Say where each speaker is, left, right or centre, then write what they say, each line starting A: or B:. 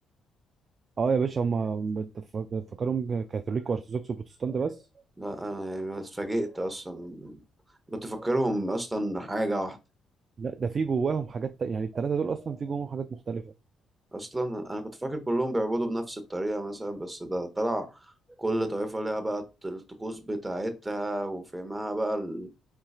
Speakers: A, on the right; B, on the right.
A: اه يا باشا هم بت- فاك- فاكرهم كاثوليك وارثوذكس وبروتستانت بس
B: لا انا يعني اتفاجئت اصلا كنت فاكرهم اصلا حاجة واحدة
A: لا ده في جواهم حاجات تا- يعني الثلاثه دول اصلا في جواهم حاجات مختلفه
B: اصلا انا كنت فاكر كلهم بيعبدوا بنفس الطريقة مثلا بس ده طلع كل طائفة ليها بقى الطقوس بتاعتها وفهمها بقى ال-